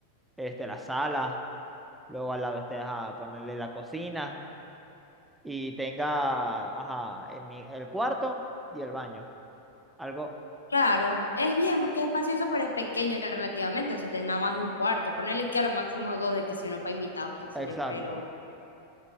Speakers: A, in the centre; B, on the left.
A: este, la sala Luego al lado esté, ajá, ponerle la cocina y tenga, ajá, el, ni- el cuarto y el baño. Algo
B: Claro, es bien porque es espacioso, pero es pequeño relativamente, o sea, tenés nada más un cuarto, ponerle que a lo máximo dos de que si uno para invitados, qué sé
A: exacto.
B: yo, pero,